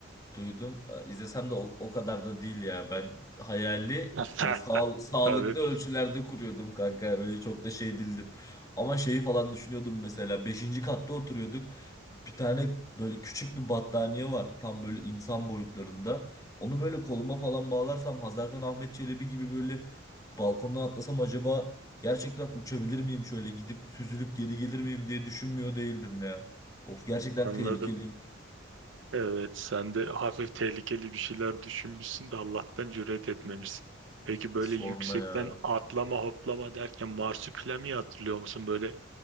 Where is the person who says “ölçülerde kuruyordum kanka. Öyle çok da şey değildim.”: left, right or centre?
Left